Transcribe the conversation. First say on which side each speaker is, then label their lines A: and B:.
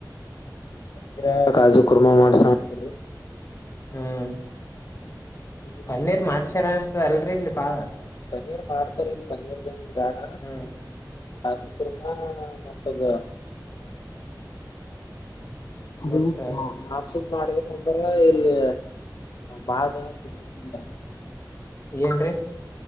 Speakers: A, on the left; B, on the left.
A: ಪನೀರ ಕಾಜು ಕುರ್ಮಾ ಮಾಡಸ ಅಂತರಿ
B: ಹ್ಮ್
A: ಇಲ್ರಿ
B: ಬನ್ನೀರ್ ಮಾಡ್ಸಾರ ಅನ್ಸತದ ಅಲ್ರಿ ಇಲ್ಲಿ ಬಾಳ
A: ಪನೀರ್ ಮಾಡ್ತಾರ ಇಲ್ ಪನೀರ್ನೇನ್ ಬೇಡ
B: ಹ್ಮ್
A: ಕಾಸಕರ್ಮ ಮತ್ತದ ಅ
B: ಮತ್ತ
A: <unintelligible> ಮಾಡ್ಬೇಕಂದ್ರ ಇಲ್ಲಿ ಬಾಳ ತಿನ್ನಿಲ್ಲ
B: ಏನ್ರರಿ